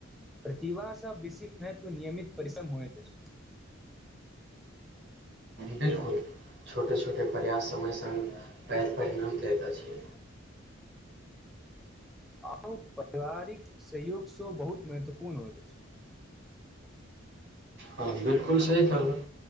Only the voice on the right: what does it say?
बिल्कुल छोटे छोटे प्रयास समय सङ्ग पैघ परिणाम देल रहल छै।
हँ बिलकुल सही कहलक